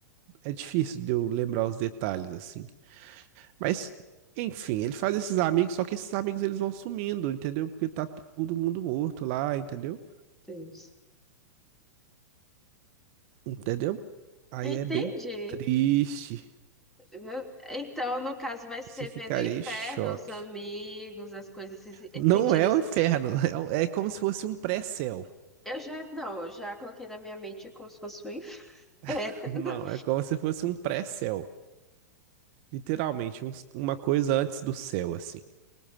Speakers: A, on the right; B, in the centre.
A: É difícil de eu lembrar os detalhes assim. Mas, enfim, ele faz esses amigos, só que esses amigos eles vão sumindo, entendeu? Porque tá todo mundo morto lá, entendeu?
B: Deus.
A: Entendeu? Aí
B: Eu Entendi.
A: é bem triste.
B: Eu- Então, no caso, vai ser
A: Você ficaria
B: vendo o inferno,
A: em choque.
B: os amigos, as coisas, se-
A: Não
B: sentindo.
A: é
B: isso.
A: o inferno, <laughs> é, o- é como se fosse um pré-céu.
B: Eu já, não, eu já coloquei na minha mente como se fosse o inferno.
A: <laughs> Não, é como se fosse um pré-céu. Literalmente, uns- uma coisa antes do céu, assim.